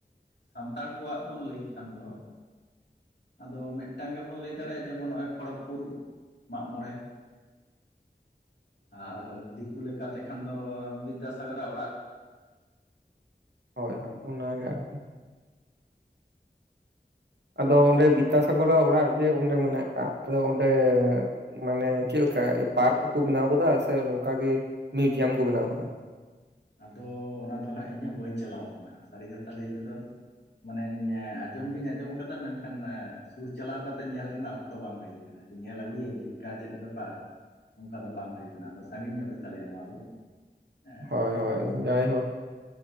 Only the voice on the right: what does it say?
ᱦᱚᱭ ᱦᱚᱭ ᱚᱱᱟ ᱜᱮ ᱟᱨᱠᱤ ᱟᱫᱚ ᱚᱸᱰᱮ ᱵᱤᱫᱽᱫᱟᱥᱟᱜᱚᱨᱟᱜ ᱚᱲᱟᱜ ᱡᱮ ᱚᱸᱰᱮ ᱢᱮᱱᱟᱜ ᱠᱟᱫ ᱟᱫᱚ ᱚᱸᱰᱮ᱾ ᱢᱟᱱᱮ ᱪᱮᱫᱮᱠᱟ ᱯᱟᱨᱠ ᱠᱚ ᱠᱚ ᱵᱮᱱᱟᱣ ᱟᱠᱟᱫᱟ ᱥᱮ ᱱᱚᱝᱠᱟᱜᱮ ᱢᱤᱭᱩᱡᱤᱭᱟᱢ ᱠᱚ ᱵᱮᱱᱟᱣ ᱠᱟᱫᱟ᱾
ᱦᱳᱭ ᱦᱳᱭ
ᱡᱟᱭ ᱦᱳᱠ᱾